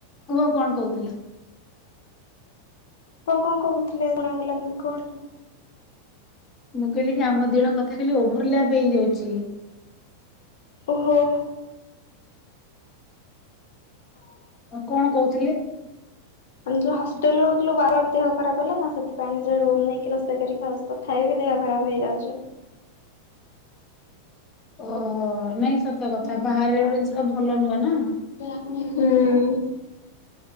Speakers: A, on the left; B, on the left.
A: କୁହ କଣ କହୁଥିଲ?
B: କଁ କଁ କୋହୁଥୁଲେ ଜଣା ଗଲାନି କଣ?
A: ମୁଁ କହିଲି ଯେ ଆମ ଦିଣଙ୍କ କଥା ଖାଲି ଓଭର ଲାପ ହେଇଯାଉଚି।
B: ଓହୋ।
A: ଆଉ କଣ କହୁଥିଲେ?
B: ଆମେ ଯୋଉ ହେଷ୍ଟେଲରେ ରହୁଥିଲୁ ବାର ଆର ଦେହ ଖରାପ ହେଲା ନାଁ ସେଥିପାଇଁ ନିଜର ରୁମ ନେଇକି ରୋଷେଇ କରି ଖାଉଚୁ ତଥାପି ବି ଦେହ ଖରାପ ହେଇଯାଉଚି।
A: ଓହୋ।
B: ହୁଁ।
A: ନାଇଁ ସତ କଥା ବାହାରେ ଗୋଟେ ଜିନିଷଟା ଭଲ ନୁହଁ ନା।